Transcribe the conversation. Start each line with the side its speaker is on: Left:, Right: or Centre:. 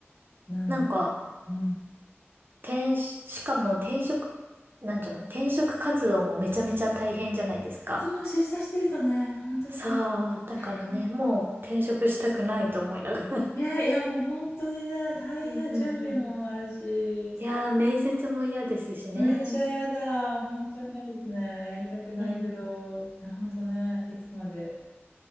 Left: なんだけど、
Right: なんか、
Left: うん。
Right: 転、しかも転職、なんちゅうの、転職活動もめちゃめちゃ大変じゃないですか。
Left: そう、出社してるとね、本当に
Right: さあ、だからね、
Left: 大変。
Right: もう転職したくないと思いながら。
Left: ね、いや、もう本当にね、
Right: <laughs>
Left: 大変、
Right: うんうんうん。
Left: 準備もあるし、ストレ
Right: いやー、面接も嫌ですしね。
Left: ス、めっちゃやだ、本当に嫌ですね。やりたくないけど、
Right: うん。
Left: いや、本当ね、いつまで